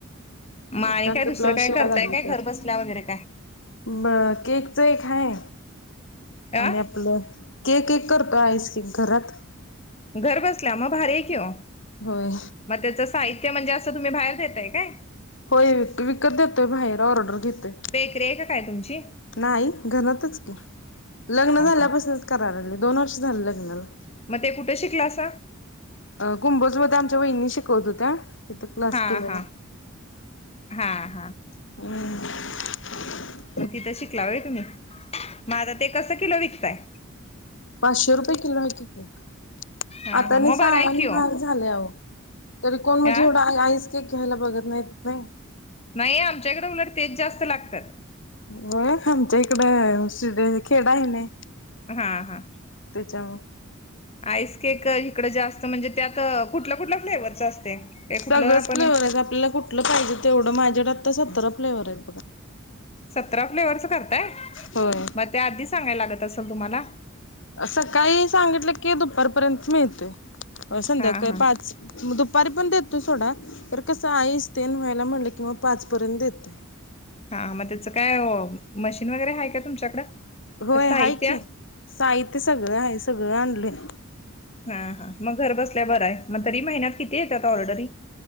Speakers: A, on the left (about 30°); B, on the left (about 60°).
A: मग आणि
B: एखांद
A: काय दुसरं
B: ब्लाऊज
A: काय
B: शिवायला
A: करताय
B: लागल्यात
A: काय घर
B: वाटत.
A: बसल्या वगैरे काय?
B: ब केकच एक हाय
A: अ
B: आणि आपलं केक एक करतो आईसकेक घरात.
A: घर बसल्या, मग भारी आहे की ओ.
B: होय.
A: मग, त्याचं साहित्य म्हणजे, असं तुम्ही बाहेर देताय काय?
B: होय, विकत देतोय, बाहेर ऑर्डर घेतोय.
A: <unintelligible> काय तुमची?
B: नाही, घरातच की, लग्न झाल्यापासनच
A: हा
B: करा लागलोय, दोन वर्ष झाले लग्नाला.
A: मग ते कुठं शिकलासा?
B: कुंभोजमध्ये आमच्या वहिणी शिकवत होत्या. तिथे क्लास
A: हा,
B: केलेला
A: हा. हा, हा.
B: हं.
A: मग तिथं शिकला होय तुम्ही? मग आता ते कसं किलो विकताय?
B: पाचशे रुपये किलो आहे की, केक.
A: हा
B: आता
A: हा
B: आणि
A: मग
B: सामान
A: बरं आहे कि ओ
B: महाग झालय आओ, तरी कोण म्हणजे,
A: आ
B: एवढं आईस केक घ्यायला बघत नाहीत. नाही
A: नाही, आमच्याकडे उलट तेच जास्त लागत्यात.
B: होय, आमच्या इकड <unintelligible> खेड आहे आणि.
A: हा, हा.
B: त्याच्यामुळ.
A: आईसकेक इकड जास्त म्हणजे, त्यात कुठल्या, कुठल्या फ्लेवरच असतय? ते
B: सगळंच
A: कुठलं आपण
B: फ्लेवर आहे, आपल्याला कुठलं पाहिजे तेवढं. माझ्याकडे आत्ता सतरा फ्लेवर आहे.
A: सतरा फ्लेवरच करताय?
B: होय
A: मग ते आधी सांगाय लागत असल तुम्हाला?
B: सकाळी सांगितलं की, दुपारपर्यंत मिळतय संध्याकाळी
A: हा हा
B: पाच म दुपारी पण देतो सोडा, खरं कसं आईस तेन व्हायला म्हटलं कि, मग पाचपर्यंत देते.
A: हा, मग त्याच काय मशीन वगैरे, आहे का तुमच्याकडं?
B: होय
A: साहित्य
B: आहे की, साहित्य सगळं आहे, सगळं आणलोय.
A: हा, हा, मग घर बसल्या बरं आहे, मग तरी महिन्यात किती येतात ऑर्डरी?